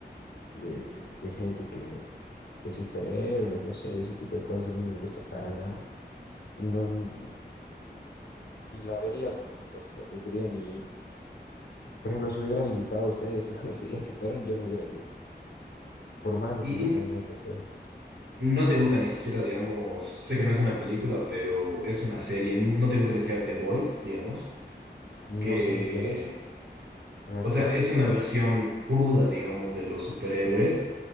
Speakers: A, on the left; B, on the right.
A: de, de gente que, de superhéroes, no sé, ese tipo de cosas a mí no me gusta para nada. No, n- ni la vería con amigos, o sea, preferiría ni ir. Por ejemplo, si me hubieran invitado a ustedes <laughs> ese día que fueron, yo no hubiera ido, por más de
B: ¿Y,
A: que no
B: y
A: tengan nada que hacer.
B: No te gusta ni siquiera, digamos, sé que no es una película, pero es una serie. No te gusta ni siquiera The Boys, digamos, que
A: No sé ni qué es. O sea,
B: o sea,
A: <laughs>
B: es una versión cruda, digamos, de los superhéroes.